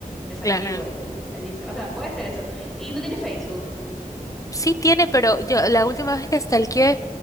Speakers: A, in the centre; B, on the left.
A: desactivo
B: Claro.
A: el, el Instagram. O sea, puede ser eso. Y no tiene Facebook.
B: Sí tiene, pero yo la última vez que stalkeé,